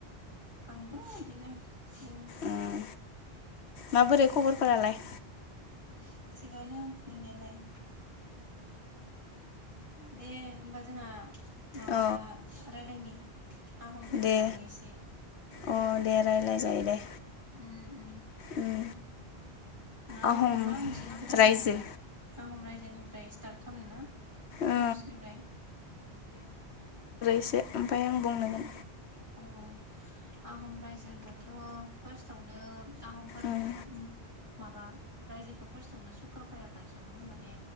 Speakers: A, on the right; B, on the left.
A: आंबो बिदिनो दङ।
B: उम माबोरै खबरफोरालाय?
A: इस थिगानो नोनियालाय दे होमबा जोंहा माबा
B: अ
A: रायलायनि आहमफोरनि
B: दे
A: बागै एसे
B: अ दे रायलाय जायो दे
A: उ उ
B: उम
A: मानैखौ
B: आहम
A: मा मोनसेनिखौ रायलायनो
B: रायजो
A: आहम रायजोनि स्टार्ट खालामनो ना
B: ओ
A: फार्स्टनिफ्राय।
B: से ओमफाय आं बुंनांगोन।
A: अ आहम रायजो होनबाथ' फार्स्टआवनो। आहमफोर
B: उम
A: ओ माबा रायजोखौ फार्स्टआवनो सुखाफाया गायसनदोंमोन माने